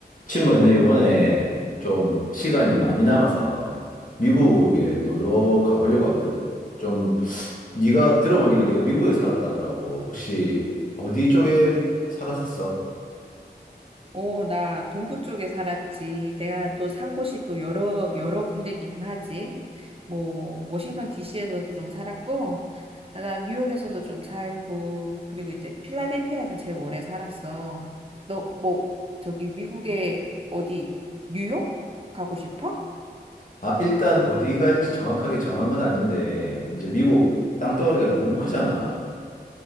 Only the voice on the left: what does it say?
친구야, 내 요번에 좀 시간이 많이 남아서 미국에 놀러 가보려고 하거든. 좀 네가 들어보니까 네가 미국에 살았다 하더라고. 혹시 어디 쪽에 살았었어?
아, 일단 어디 갈지 정확하게 정한 건 아닌데 이제 미국 땅덩어리가 너무 크잖아.